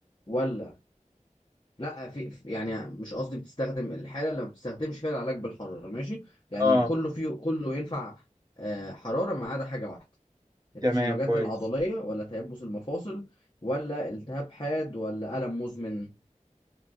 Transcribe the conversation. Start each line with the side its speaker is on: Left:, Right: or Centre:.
Left: ولا لا في في- يعني مش قصدي بتستخدم الحاله اللي ما بتستخدمش فيها العلاج بالحراره ماشي يعني
Right: اه
Left: كله فيه كله ينفع آه، حراره ما عدا حاجه واحده التشنجات
Right: تمام كويس
Left: العضليه ولا تيبس المفاصل ولا التهاب حاد ولا الم مزمن